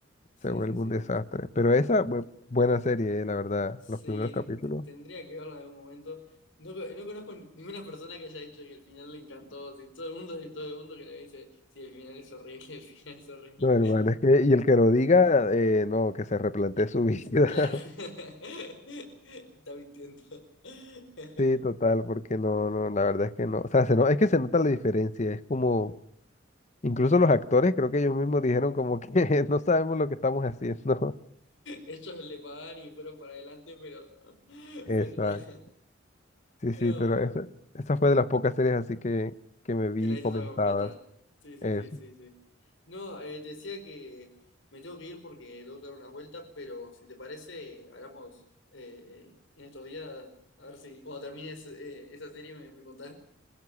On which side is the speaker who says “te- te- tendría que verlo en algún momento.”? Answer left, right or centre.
Left